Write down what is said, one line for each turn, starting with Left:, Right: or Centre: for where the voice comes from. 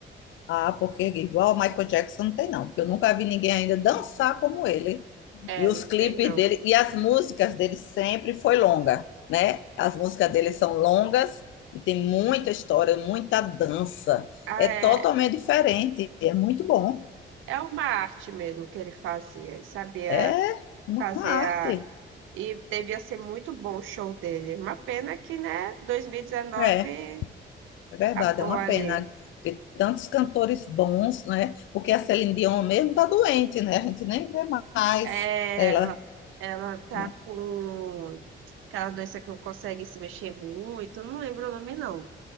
Left: Ah, porque igual Michael Jackson não tem, não. Porque eu nunca vi ninguém ainda dançar como ele.
Right: É,
Left: E os
Right: não
Left: clipes
Right: tem não.
Left: dele e as músicas dele sempre foi longa, né? As músicas dele são longas e tem muita história, muita dança.
Right: É,
Left: É totalmente diferente, é muito bom.
Right: é uma arte mesmo que ele fazia, ele sabia
Left: É uma
Right: fazer
Left: arte.
Right: a... E devia ser muito bom o show dele. Uma pena que, né, 2019
Left: É, é verdade,
Right: acabou
Left: é uma
Right: ali.
Left: pena porque tantos cantores bons, né? Porque a Celine Dion mesmo tá doente, né? A gente nem vê mais
Right: É,
Left: ela,
Right: ela, ela tá
Left: né?
Right: com aquela doença que não consegue se mexer muito, eu não lembro o nome não.